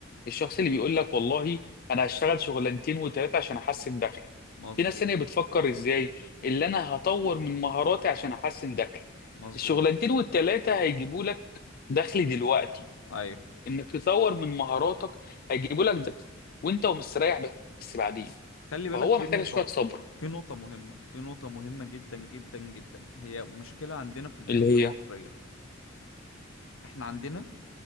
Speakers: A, on the left (about 45°); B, on the left (about 75°).
A: الشخص اللي بيقول لك والله أنا هشتغل شغلانتين وتلاتة عشان أحسن دخلي
B: مظبوط
A: في ناس تانية بتفكر إزاي اللي أنا هطور من مهاراتي عشان أحسن دخلي
B: مظبوط
A: الشغلانتين والتلاتة هيجيبوا لك دخل دلوقتي
B: ايوه
A: انك تطور من مهاراتك هيجيبوا لك دخل وانت ومستريح بس بعدين
B: خلي بالك
A: فهو
B: في
A: محتاج
B: نقطة
A: شويه صبر
B: في نقطة مهمة في نقطة مهمة جدا جدا جدا هي مشكلة عندنا في البيوت
A: اللي
B: المصرية
A: هي
B: احنا عندنا